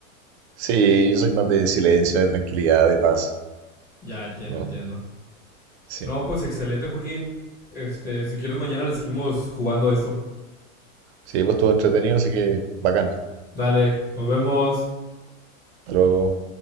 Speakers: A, on the right; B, on the left.
A: Sí, yo soy más de silencio, de tranquilidad, de paz.
B: Ya, entiendo,
A: ¿no?
B: entiendo.
A: Sí.
B: No, pues excelente, Joaquín. Este, si quieres mañana le seguimos jugando a esto.
A: Sí, pues estuvo entretenido, así que bacán.
B: Dale, nos vemos.
A: Hasta luego.